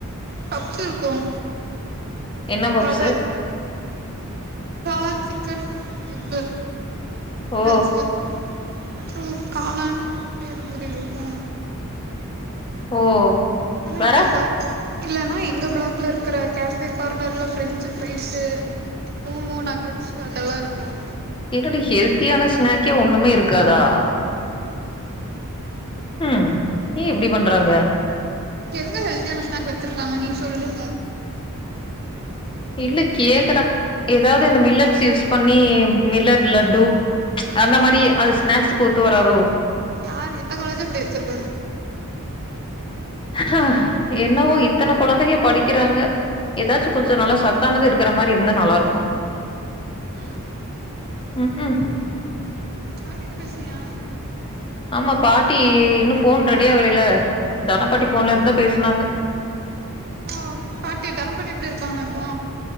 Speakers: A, on the right; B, on the left.
A: பப்ஸ் இருக்கும்
B: என்ன பப்ஸு
A: <unintelligible> மட்டன் சிக்கன் எக்கு
B: ஓ
A: வெஜ்ஜு அப்புறம் காளான் பேல்பூரி இருக்கும்
B: ஓ வேற
A: இந்த பிளாக் இல்லைன்னா எங்கள் பிளாக்கில இருக்கிற கேஃபே கார்னர் ல ஃப்ரெஞ்சு ஃப்ரைஸு மோமோ நக்கட்ஸ் அதெல்லாம் இருக்கும்
B: ஏங்கடி ஹெல்த்தியான ஸ்நாக்கே ஒண்ணுமே இருக்காதா உம் ஏன் இப்டி பண்றாங்க
A: எங்க ஹெல்த்தியான ஸ்நாக் வச்சிருக்காங்க நீ சொல்லு
B: இல்ல கேக்குறேன் ஏதாவது இந்த மில்லட்ஸ் யூஸ் பண்ணி மில்லட் லட்டு ச் அந்த மாரி அது ஸ்நாக்ஸுக்கு ஒத்து வராதோ
A: யார் எந்த காலேஜும் அப்டி வச்சிருக்காது
B: ஹா என்னவோ இத்தன கொழந்தைக படிக்கிறாங்க ஏதாச்சும் கொஞ்சம் நல்லா சத்தானது இருக்குற மாரி இருந்தா நல்லாருக்கும்
A: ம்
B: உம் உம்
A: பாட்டிட்ட பேசுனியா
B: ஆமா பாட்டி இன்னும் போன் ரெடி ஆகலேல தன பாட்டி போன்ல இருந்து தா பேசுனாங்க
A: ஓ பாட்டி தனம் பாட்டி எப்டி இருக்காங்க இப்போ